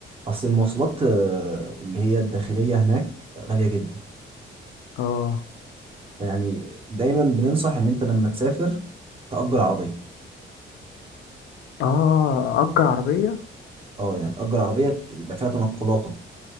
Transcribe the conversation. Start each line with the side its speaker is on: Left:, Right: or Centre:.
Right: اصل المواصلات آه، اللي هي الداخليه هناك غاليه جدا
Left: اه
Right: يعني دايما بننصح ان انت لما تسافر تأجر عربيه
Left: اه اجر عربيه
Right: اه يعني تأجر عربيه يبقى فيها تنقلاتك